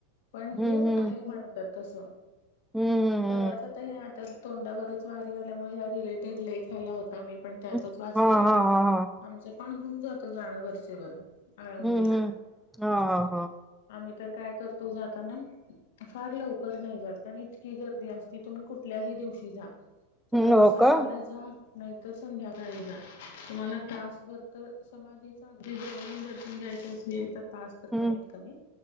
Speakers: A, on the left; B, in the centre.
A: पण
B: हं,
A: हे आहे
B: हं.
A: म्हणतात तस
B: हं, हं,
A: परवाचता हे आठ त्यात तोंडावरच वारी आल्यामुळे, ह्या रिलेटेड लेख आला होता मी पण त्यातच
B: हं.
A: वाचलं
B: हां, हां, हां, हां.
A: आमचं पण होऊन जात जाणं वरचेवर आळंदीला.
B: हं, हं. हां, हां, हां.
A: आम्ही तर काय करतो जाताना फार लवकर नाही जात, कारण इतकी गर्दी असती तुम्ही कुठ कुठल्याही दिवशी जा, सकाळी
B: हं, हो
A: सहाला
B: का?
A: जाऊन तर संध्याकाळी जा. तुम्हाला तास भर तर समाधीच अगदी जवळून दर्शन घ्यायचं असेल, तर तास तर
B: हं.
A: कमीत कमी